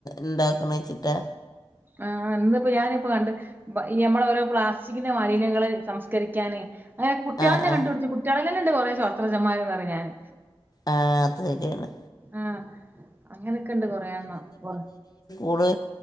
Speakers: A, on the left; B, on the right.
A: ഇണ്ടാക്കണ് വച്ചിട്ടാ
B: ആഹ് ഇന്ന് പ്പോ ഞാനിപ്പ കണ്ട് ബ ഈ ഞമ്മള് ഓരോ പ്ലാസ്റ്റിക്കിന്റെ മാലിന്യങ്ങള് സംസ്കരിക്കാന് അങ്ങെനെ കുട്ട്യളെന്നെ
A: ആ ആ
B: കണ്ട്പിടിച്ച് കുട്ട്യോളെന്നലെണ്ട് കൊറെ ശ്വാസ്ത്രജ്ഞൻമാര് ന്ന്പറയും ഞാന്
A: ആഹ് അത് ര്യാണ്
B: ആഹ് അങ്ങനൊക്കെണ്ട് കൊറെ എണ്ണം കൊറ
A: ഓള്